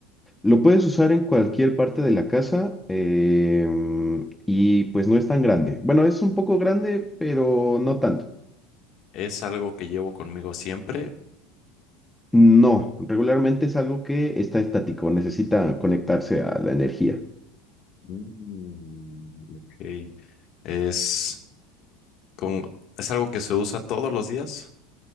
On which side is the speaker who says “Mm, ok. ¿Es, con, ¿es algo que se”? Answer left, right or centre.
Left